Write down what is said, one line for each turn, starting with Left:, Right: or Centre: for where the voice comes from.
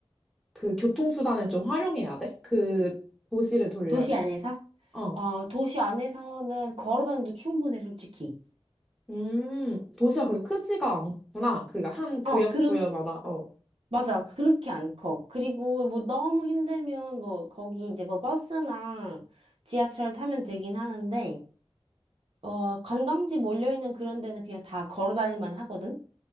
Centre: 그 교통수단을 좀 활용해야 돼? 그 도시를 돌려면.
Right: 도시 안에서?
Centre: 어.
Right: 어, 도시 안에서는 걸어 다녀도 충분해, 솔직히.
Centre: 음, 도시가 그렇게 크지가 않구나. 그니까 한 구역
Right: 어, 그렇게
Centre: 구역마다, 어.
Right: 맞아. 그렇게 안 커. 그리고 뭐 너무 힘들면 뭐 거기 이제 뭐 버스나 지하철 타면 되긴 하는데, 어, 관광지 몰려있는 그런 데는 그냥 다 걸어 다닐만 하거든?